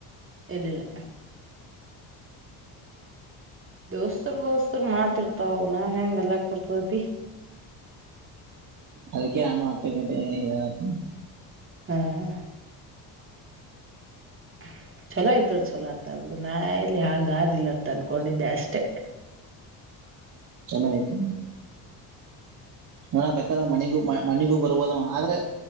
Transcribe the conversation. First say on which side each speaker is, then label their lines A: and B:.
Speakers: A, on the right; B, on the right.
A: ಇಲ್ಲಲ್ಲ ದೋಸ್ತರ್ ದೋಸ್ತರ್ ಮಾತ್ ಇರ್ತಾವ್ ನಾನ್ ಹೆಂಗ ಅಲ್ಲಾಕ್ ಬರ್ತದಪಿ
B: ಅದಕ್ಕೆ ನಾನು ಅಟ್ಟೆಗಡೆ ಹೇಳತ
A: ಹಾ ಹಾ ಹ ಚಛಲೋ ಇದರು ಛಲೋ ಆತ ಆಗ್ಬಿಡು ನಾ ಇಲ್ಲಿ ಹಂಗ ಆದಿಲ್ಲತ್ತ ಅನ್ಕೊಂಡಿದ್ದೆ ಅಷ್ಟೇ
B: ಚೆನ್ನಾಗತ ಹಣ ಬೇಕಾದ ಮನಿಗೂ ಮನಿಗೂ ಬರ್ಬೋದ ಆದ್ರೆ